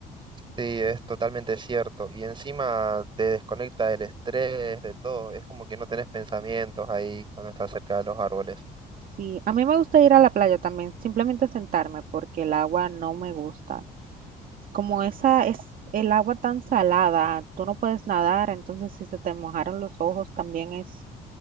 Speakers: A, on the right; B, on the right.
A: Sí, es totalmente cierto. Y encima te desconecta del estrés, de todo. Es como que no tenés pensamientos ahí cuando estás cerca de los árboles.
B: Sí, a mí me gusta ir a la playa también, simplemente sentarme porque el agua no me gusta. como esa es el agua tan salada, tú no puedes nadar, entonces si se te mojaron los ojos también es,